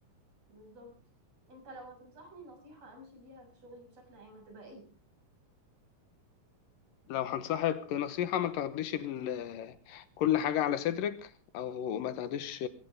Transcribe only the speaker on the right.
بالظبط انت لو هتنصحني نصيحة امشي بيها في شغلي بشكل عام هتبقى ايه؟